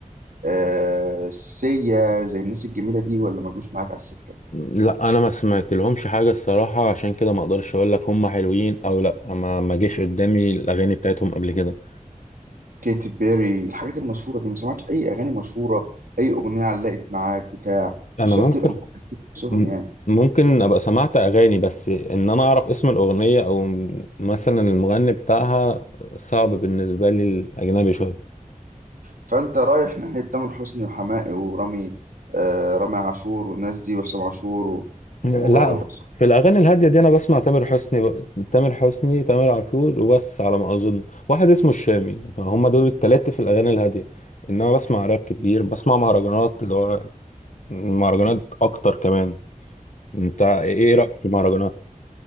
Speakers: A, on the right (about 80°); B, on the left (about 60°).
A: آه سيا زي الناس الجميلة دي ولا ما جوش معاك على السكة
B: لا انا ما سمعت لهمش حاجه الصراحه عشان كده ما اقدرش اقول لك هم حلوين او لا ما ما جيش قدامي الاغاني بتاعتهم قبل كده
A: كيتي بيري الحاجات المشهورة دي ما سمعتش أي أغاني مشهورة أي أغنية علقت معاك بتاع
B: انا
A: مش شرط
B: ممكن
A: يبقى مؤلفين نفسهم
B: م-
A: يعني
B: ممكن ابقى سمعت اغاني بس ان انا اعرف اسم الاغنيه او مثلا المغني بتاعها صعب بالنسبه لي الاجنبي شويه
A: فانت رايح ناحيه تامر حسني وحماقي ورامي آه رامي عاشور والناس دي وحسام عاشور و...
B: لا
A: و... و...
B: في الاغاني الهاديه دي انا بسمع تامر حسني ب... تامر حسني تامر عاشور وبس على ما اظن واحد اسمه الشامي فهم دول التلاتة في الاغاني الهاديه انما بسمع راب كتير بسمع مهرجانات اللي هو المهرجانات اكتر كمان انت ايه رايك في المهرجانات